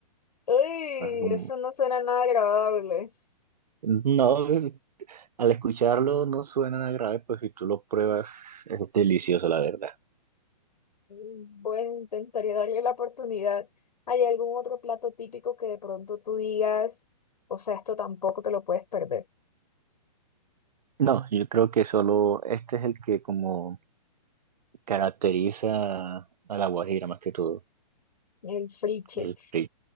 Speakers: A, on the left; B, on the right.
A: Uy,
B: Así como,
A: eso no suena nada agradable.
B: no, es- al escucharlo no suena nada grave, pues si tú lo pruebas es delicioso, la verdad.
A: Mm, Bueno, intentaré darle la oportunidad. ¿Hay algún otro plato típico que de pronto tú digas, o sea, esto tampoco te lo puedes perder?
B: No, yo creo que solo este es el que como caracteriza a la guajira más que todo.
A: El friche.
B: El pri-